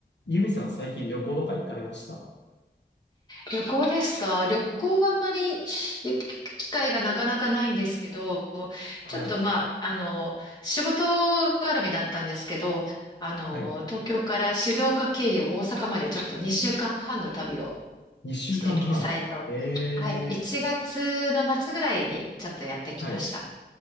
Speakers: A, on the left; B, on the left.
A: ユミさん最近旅行とか行かれました
B: 旅行ですか旅行はあんまり行く機会がなかなかないんですけど、
A: はい。
B: ちょっとまあ、あの、仕事絡みだったんですけど、あの、
A: はい。
B: 東京から静岡経由大阪までちょっと2週間半の旅を
A: 2週間半。
B: してき、さえと、
A: ええ
B: はい、1月の末ぐらいにちょっとやってきました。
A: はい。